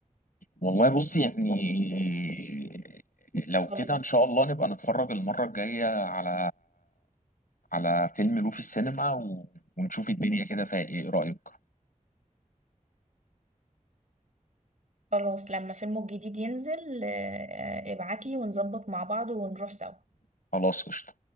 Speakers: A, on the left (about 85°); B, on the right (about 60°).
A: والله بص يعني لو
B: خلاص
A: كده ان شاء الله نبقى نتفرج المرة الجاية على على فيلم لوفي السينما و... ونشوف الدنيا كده فيها ايه إيه رأيك
B: خلاص لما فيلمه الجديد ينزل آه، آه، ابعتلي ونظبط مع بعض ونروح سوا
A: خلاص قشطة